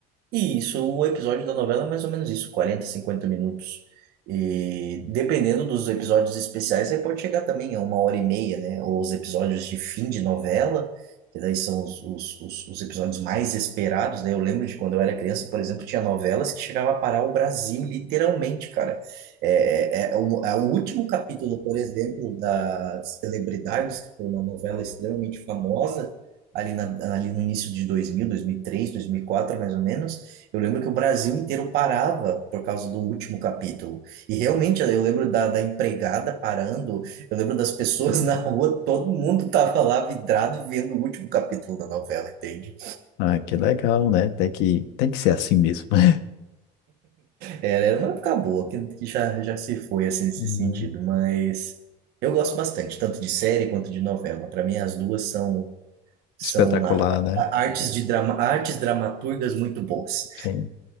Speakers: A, on the right; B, on the left.
A: E isso, o episódio da novela é mais ou menos isso, 40 50 minutos. E dependendo dos episódios especiais, aí pode chegar também a uma hora e meia, né? Ou os episódios de fim de novela, que daí são os, os, os, os episódios mais esperados, né? Eu lembro de quando eu era criança, por exemplo, tinha novelas que chegava a parar o Brasil, literalmente, cara. É, é, é o, é o último capítulo, por exemplo, da Celebridades, que foi uma novela extremamente famosa, ali, na, ali no início de 2000, 2003, quatro mais ou menos. Eu lembro que o Brasil inteiro parava por causa do último capítulo. E realmente eu lembro da, da empregada parando, eu lembro das pessoas <laughs> na rua, todo mundo tava lá vidrado vendo o último capítulo da novela, entende?
B: Ah, que legal, né? Tem que, tem que ser assim mesmo. <laughs>
A: Era, era uma época boa, que, que já, já se foi assim nesse
B: Uhum.
A: sentido, mas eu gosto bastante, tanto de série quanto de novela. Para mim, as duas são, são
B: Espetacular,
A: a-
B: né?
A: a- artes de drama, artes dramaturgas muito boas.
B: Sim.